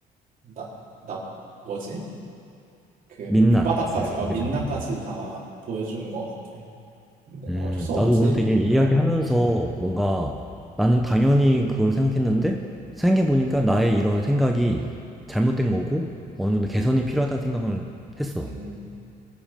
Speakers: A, on the right; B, in the centre.
A: 나, 나 뭐지? 그
B: 민낯을
A: 밑바닥까지, 어,
B: 보게
A: 민낯까지
B: 됐는데.
A: 다 보여주는 것 같아. 근데
B: 음,
A: 어쩔 수 없지.
B: 나도 오늘 되게 이야기하면서
A: 어,
B: 뭔가 나는 당연히 그걸 생각했는데 생각해보니까 나의 이런 생각이 잘못된 거고 어느 정도 개선이 필요하다는 생각을 했어.
A: 음.